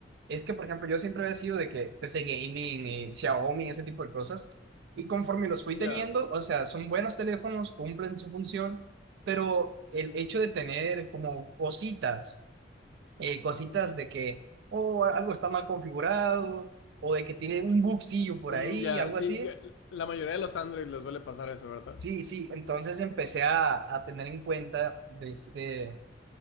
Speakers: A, on the right; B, on the left.
A: es que, por ejemplo, yo siempre había sido de que PC Gaming y Xiaomi, ese tipo de cosas. Y conforme los fui
B: Ya.
A: teniendo, o sea, son buenos teléfonos, cumplen su función, pero el hecho de tener como cositas, eh, cositas de que, oh, algo está mal configurado, o de que tiene un bugcillo por
B: Mm,
A: ahí,
B: ya,
A: algo
B: sí,
A: así.
B: que la mayoría de los Android les suele pasar eso, ¿verdad?
A: Sí, sí, entonces empecé a, a tener en cuenta de este-